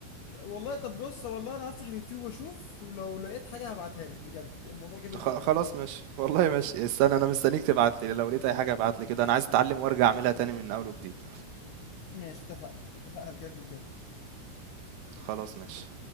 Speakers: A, on the left; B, on the right.
A: ط- والله طب بص والله انا هفتح اليوتيوب واشوف ولو لقيت حاجة هبعتها لك بجد الموضوع كبر
B: خ-
A: في دماغي
B: خلاص ماشي والله ماشي استنى انا مستنيك تبعت لي لو لقيت اي حاجه ابعت لي كده انا عايز اتعلم وارجع اعملها تاني من اول وجديد
A: ماشي اتفقنا اتفقنا بجد بجد
B: خلاص ماشي